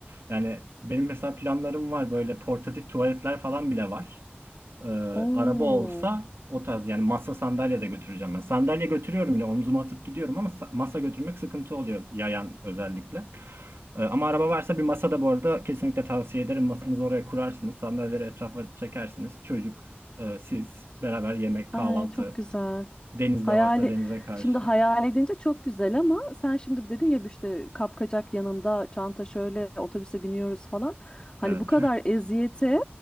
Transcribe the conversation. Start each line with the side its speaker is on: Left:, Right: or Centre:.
Right: Yani benim mesela planlarım var böyle portatif tuvaletler falan bile var. Ee,
Left: Oo.
Right: araba olsa o tarz yani masa sandalye de götüreceğim ben. Sandalye götürüyorum yine omzuma atıp gidiyorum ama sa- masa götürmek sıkıntı oluyor yayan özellikle. Ee, ama araba varsa bir masa da bu arada kesinlikle tavsiye ederim. Masanızı oraya kurarsınız, sandalyeleri etrafa çekersiniz. Çocuk, e, siz beraber yemek,
Left: Ay
Right: kahvaltı
Left: çok güzel.
Right: Denizde
Left: Hayali
Right: varsa denize karşı.
Left: şimdi hayal edince çok güzel ama sen şimdi bir dedin ya işte kapkacak yanında çanta şöyle otobüse biniyoruz falan. Hani
Right: Evet.
Left: bu kadar eziyete